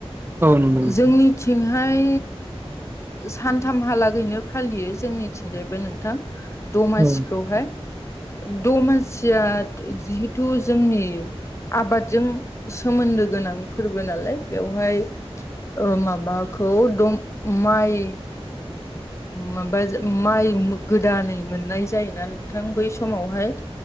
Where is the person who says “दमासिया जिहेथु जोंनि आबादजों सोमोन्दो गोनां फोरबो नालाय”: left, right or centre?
Left